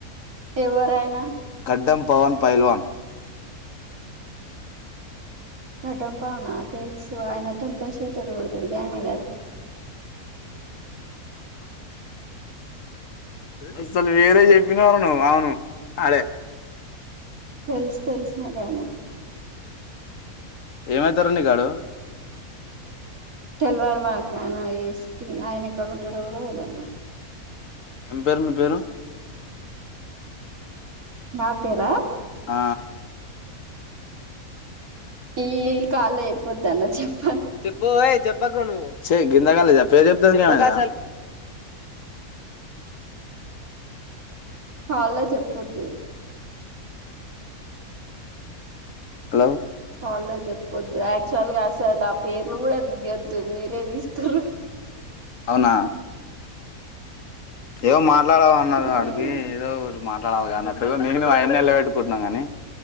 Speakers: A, on the right; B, on the left.
A: ఎవరాయనా
B: అడ్డం పవన్ పైల్వాన్
A: గడ్డం పనా తెల్సు ఆయన తొంటే చేతడు కొడతాడు గానీ
B: అసలు వేరే చెప్పినవ్ రా నువ్వు అవును ఆడే
A: తెల్సు తెల్సు నాకాయనా
B: ఏమైతార్ నీ కాడు
A: తెల్ వదు మనకు ఆయన ఏస్కీ, ఆయన ఎక్కడ ఉంటాడో కూడా తెలివద్ నా.
B: ఏం పేరు మీ పేరు
A: నా పేరా
B: ఆ
A: ఈ ఈ కాల్ ల చెప్పొద్దు అన్న చెప్
B: చెప్పు ఓయ్ చెప్ సెయ్ గిందగాల జెప్పేద్ చెప్తది గానీ
A: హల్లో చెప్పోదు
B: హలో
A: అవ్లే జేప్పదు యాక్చువల్గా అసలు ఆ పేర్లు కూడా దియొద్దు మీరే తీస్తారు.
B: అవ్నా ఏవో మాట్లాడ అన్నార్గ
A: ఇంకేం
B: అడికి ఏదో ఒక్కటి మాట్లా <unintelligible> అన్నట్టు మేమేం అయన్నెళ్ల పెట్టుకుంటున్నాం కాని